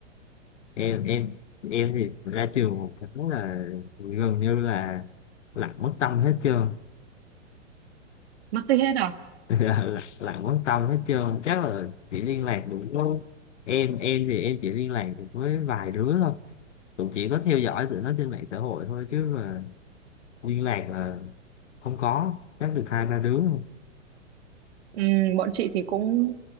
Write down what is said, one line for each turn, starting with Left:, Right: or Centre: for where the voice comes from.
Left: em em em thì ra trường một cái là gần như là lặng mất tâm hết trơn
Right: Mất tích hết à?
Left: <laughs> Lặng quan tâm hết trơn chắc là chỉ liên lạc được với em em thì em chỉ liên lạc được với vài đứa thôi cũng chỉ có theo dõi tụi nó trên mạng xã hội thôi chứ mà liên lạc là không có chắc được hai ba đứa thôi
Right: Ừm, bọn chị thì cũng